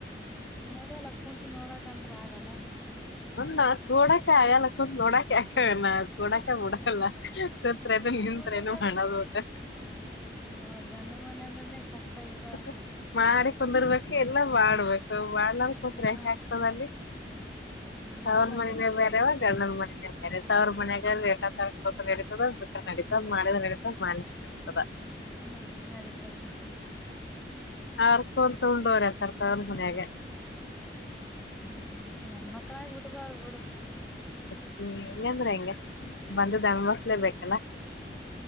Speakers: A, in the centre; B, on the left.
A: ನಡೆಯಲ್ಲ ಕುೂಂತು ನೋಡಕಂತತ್ರ ಆಗಲ್ಲ
B: ನ ಕೂಡಕ್ಕೆ ಆಗಲ್ಲಕ್ಕ ನೋಡಕ್ಕೆಕ ಕೊಡಕ ಹಡಕಲ್ಲ ಸತ್ರೆನು ನಿನ್ತ್ರೇನು
A: ಕೂಡಕ
B: ಮಾಡದು ಊಟ
A: ಇವಾಗ ಗಂಡು ಮನೆ ಅಂದ್ರನೇ ಕಷ್ಟ ಆಗ್ಬಿಡ
B: <inaudible> ಮಾಡಿ ಕುಂದರ್ಬೇಕ ಮಾಡಡ್ಬೇಕು ಹ್ರೆ
A: ಹ
B: ಆಗ್ತದೆ ಅಲ್ಲಿ
A: ಹಾಗಲ್ಲ
B: ಅವನ್ ಮನೆನೆ
A: ಬಿಡು
B: ಬೇರೆವಾಗ ಅರ್ ನನ್ ಮನೆ ಚಚ ತವರು ಮನೆಗಾದ್ರೆ ಇಷ್ಟೊತ್ತಾದ್ರು ತ ಬಿಟ್ಟ ನಡತ ಮಾಳದ ನಡತ ಮಾಲಿ ನಡತದ
A: ಹ ನಡಿತದ
B: ಆರ್ಕ ಹೊರ್ ತೊಂಡೋರ ತರ್ ತ ಅವ ಮುನಾಗ
A: ಹ ಹೆಣ್ಮಕ್ಳಾಗ್ ಹುಟ್ದವ್ಳ್ ಬಿಡು
B: ಹ್ಮ ಹೆಂಗಂದ್ರ ಹೆಂಗ ಬಂದ ದಣಬಸ್ಲೇ ಬೇಕಲ್ಲ